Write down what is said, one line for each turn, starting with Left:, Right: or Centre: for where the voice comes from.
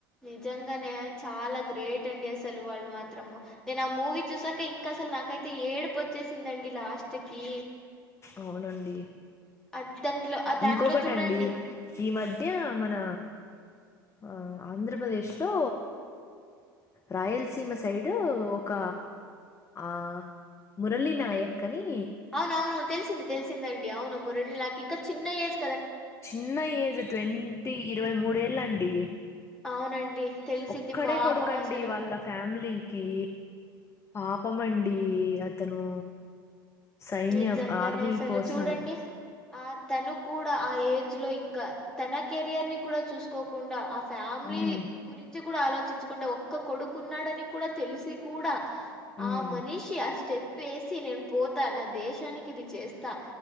Centre: నిజంగానే చాలా గ్రేట్ అండి అసలు వాళ్లు మాత్రము నేను ఆ మూవీ చూసాక ఇంకా అసలు నాకైతే ఏడుపు వచ్చేసిందండి లాస్ట్ కి
Left: అవునండి
Centre: అద్దంట్లో ఆ దాంట్లో
Left: ఇంకొకటండి
Centre: చూడండి
Left: ఈ మధ్య మన ఆ ఆంధ్రప్రదేశ్ లో రాయలసీమ సైడ్ ఒక ఆ మురళి నాయక్ అని
Centre: అవున అవును తెలిసింది తెలిసిందండి అవును మురెలీ నాకి ఇంకా చిన్నఏజ్
Left: చిన్న ఏజ్ ట్వంటీ ఇరవై మూడేళ్ళండి
Centre: అవునండి తెలిసింది
Left: ఒక్కడే
Centre: పాపం
Left: కొడుకండి
Centre: అసలు.
Left: వాళ్ళ ఫ్యామిలీకి పాపమండి
Centre: ఆ!
Left: అతను సైన్యం
Centre: నిజంగానే
Left: ఆర్మీ
Centre: అసలు
Left: కోసం
Centre: చూడండి ఆ తను కూడా ఆ ఏజ్ లో ఇంకా తన కెరియర్ ని కూడా చూసుకోకుండా ఆ ఫ్యామిలీ
Left: ఉమ్,
Centre: గురించి కూడా ఆలోచించుకుంటే ఒక్క కొడుకున్నాడని కూడా తెలిసి కూడా
Left: ఉమ్.
Centre: ఆ మనిషి ఆ స్టెప్ వేసి నేను పోతా నా దేశానికి ఇది చేస్తా